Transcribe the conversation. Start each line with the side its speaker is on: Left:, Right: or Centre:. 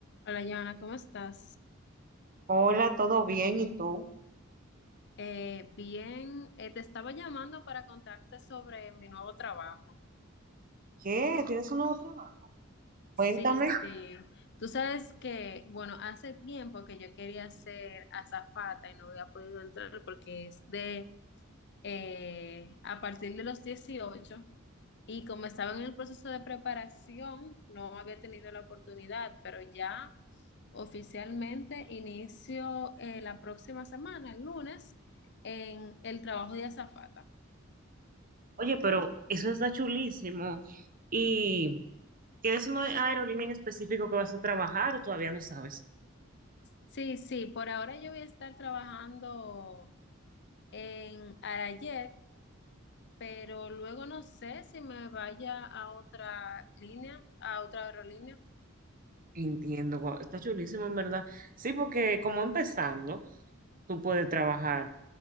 Left: Hola, Joana, ¿cómo estás?
Right: Hola, ¿todo bien? ¿Y tú?
Left: Eh, bien, eh, te estaba llamando para contarte sobre mi nuevo trabajo.
Right: ¿Qué? ¿Tienes un nuevo trabajo?
Left: Sí,
Right: Cuéntame.
Left: sí. Tú sabes que, bueno, hace tiempo que yo quería ser azafata y no había podido entrar porque es de, eh, a partir de los 18. Y como estaba en el proceso de preparación, no había tenido la oportunidad, pero ya oficialmente inicio eh, la próxima semana, el lunes, en el trabajo de azafata.
Right: Oye, pero eso está chulísimo. ¿Y tienes una aerolínea en específico que vas a trabajar o todavía no sabes?
Left: Sí, sí, por ahora yo voy a estar trabajando en Arayet, pero luego no sé si me vaya a otra línea, a otra aerolínea.
Right: Entiendo, guau, está chulísimo en verdad. Sí, porque como empezando, tú puedes trabajar